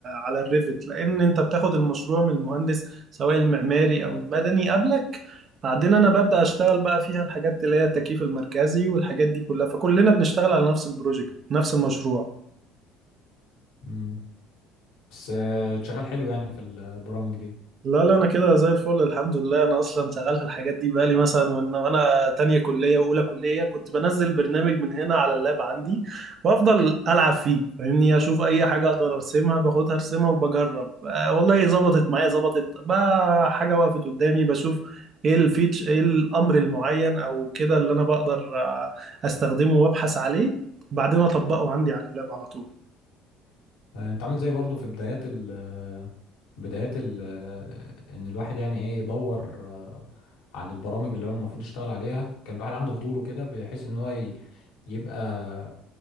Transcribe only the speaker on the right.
على الريفت لان انت بتاخد المشروع من المهندس سواء المعماري او المدني قبلك بعدين انا ببدا اشتغل بقى فيها الحاجات اللي هي التكييف المركزي والحاجات دي كلها فكلنا بنشتغل على نفس البروجكت نفس المشروع
لا لا انا كده زي الفل الحمد لله انا اصلا شغال في الحاجات دي بقالي مثلا وانا وأنا تانية كلية واولى كلية كنت بنزل برنامج من هنا على اللاب عندي وافضل العب فيه فاهمني اشوف اي حاجة اقدر ارسمها باخدها ارسمها وبجرب آه والله ظبطت معايا ظبطت بقى حاجة وقفت قدامي بشوف ايه الفيتش ايه الامر المعين او كده اللي انا بقدر آه، استخدمه وابحث عليه وبعدين اطبقه عندي على اللاب على طول